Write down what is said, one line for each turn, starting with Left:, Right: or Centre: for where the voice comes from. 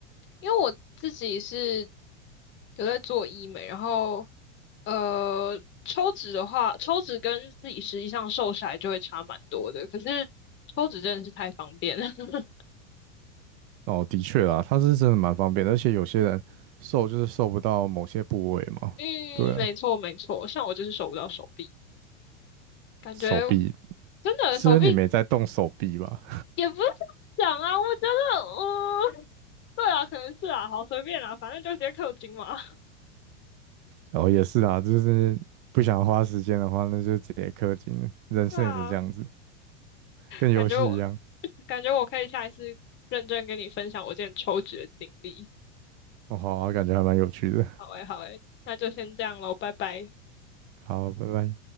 Left: 因为我自己是有在做医美，然后呃，抽脂的话，抽脂跟自己实际上瘦下来就会差蛮多的。可是抽脂真的是太方便了。<laughs>
Right: 哦，的确啦，它是真的蛮方便的，而且有些人瘦就是瘦不到某些部位嘛。
Left: 嗯，
Right: 对啊，
Left: 没错没错，像我就是瘦不到手臂，感觉
Right: 手臂
Left: 真的手臂
Right: 是因为你没在动手臂吧？
Left: 也不是这样讲啊，我觉得，嗯，对啊，可能是啊，好随便啦，反正就直接氪金嘛。<laughs>
Right: 哦，也是啊，就是不想花时间的话，那就直接氪金了。人生也是这样子，
Left: 对啊，
Right: 跟游戏一样。
Left: 感觉我感觉我可以下一次认真跟你分享我之前抽脂的经历。
Right: 哦，好啊，感觉还蛮有趣的。
Left: 好诶，好诶，那就先这样喽，拜拜。
Right: 好，拜拜。